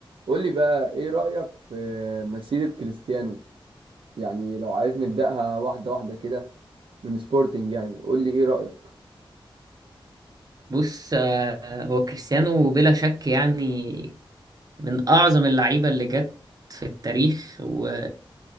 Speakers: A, on the right (about 65°); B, on the right (about 40°).
A: قول لي بقى ايه رأيك في مسيرة كريستيانو يعني لو عايز نبدأها واحدة واحدة كده من سبورتنج يعني قول لي ايه رأيك
B: بص آه، هو كريستيانو بلا شك يعني من أعظم اللعيبة اللي جت في التاريخ و...